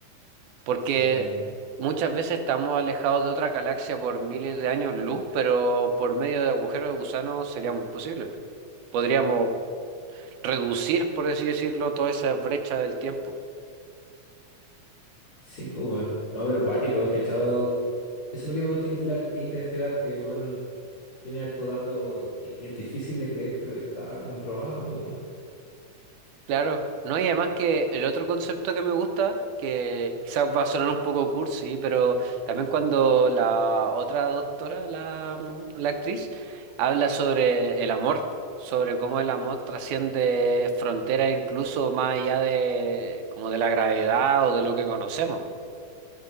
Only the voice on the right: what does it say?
Porque
muchas veces estamos alejados de otra galaxia por miles de años luz, pero por medio de agujeros de gusano sería muy posible. Podríamos reducir, por así decirlo, toda esa brecha del tiempo.
Claro, no, y además que el otro concepto que me gusta, que quizás va a sonar un poco cursi, pero también cuando la otra doctora, la, mm, la actriz, habla sobre el amor, sobre cómo el amor trasciende fronteras incluso más allá de como de la gravedad o de lo que conocemos.